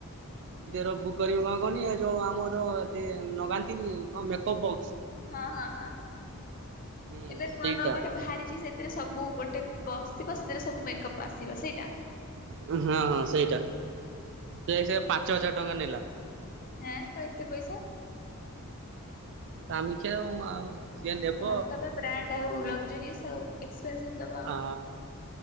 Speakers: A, on the right (about 55°); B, on the left (about 40°).
A: ର ଭୁକ କରି ହବନି ଯେଉଁ ଆମର ଏ ଲଗାନ୍ତିନି କଣ ମେକଅପ୍ ବକ୍ସ?
B: ହଁ ହଁ ହଁ,
A: ହୁଁ
B: ଏବେ ନୂଆ
A: ସେଇଟା
B: ନୂଆ ଗୋଟେ ବାହାରିଛି ସେ ସେଥିରେ ସବୁ ଗୋଟେ ବକ୍ସ ଥିବ, ସେଥିରେ ସବୁ ମେକଅପ୍ ଆସିବା ସେଇଟା।
A: ହଁ ହଁ ସେଇଟା, ସେ ସେ ପାଞ୍ଚ ହଜାର ଟଙ୍କା ନେଲା।
B: ନା, କଣ ଏତେ ପଇସା?
A: ଦାମିକିଆ ଆଉ ଆଉ ସିଏ ନେବ
B: ହଁ ତମେ ବ୍ରାଣ୍ଡ ହଉ, ଲକଜରିଅସ ହଉ, ଏକ୍ସପେନସିଭ ଦବା ଆଉ।
A: ଆ